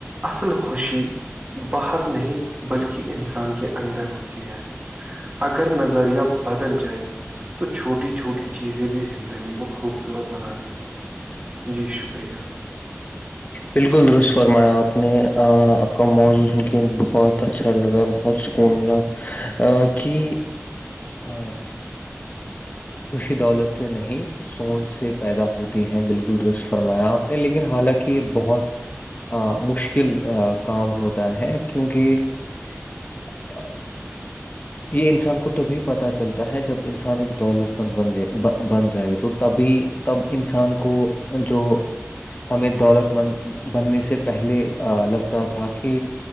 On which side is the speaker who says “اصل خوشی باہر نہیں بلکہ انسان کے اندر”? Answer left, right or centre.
Right